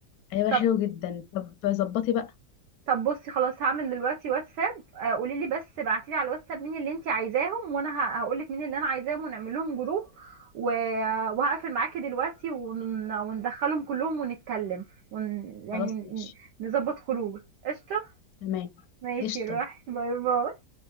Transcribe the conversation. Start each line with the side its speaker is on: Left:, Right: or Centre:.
Left: هيبقى
Right: طب
Left: حلو جدا طب ظبطي بقى
Right: طب بصي خلاص هعمل دلوقتي واتساب آه، قولي لي بس ابعتي لي على الواتساب مين اللي انتي عايزاهم وانا هقول لك مين اللي انا عايزاهم ونعمل لهم جروب و- وهقفل معاكي دلوقتي ون- وندخلهم كلهم ونتكلم ون... يعني
Left: خلاص ماشي
Right: نظبط خروج قشطه
Left: تمام
Right: ماشي
Left: قشطه
Right: روحي باي باي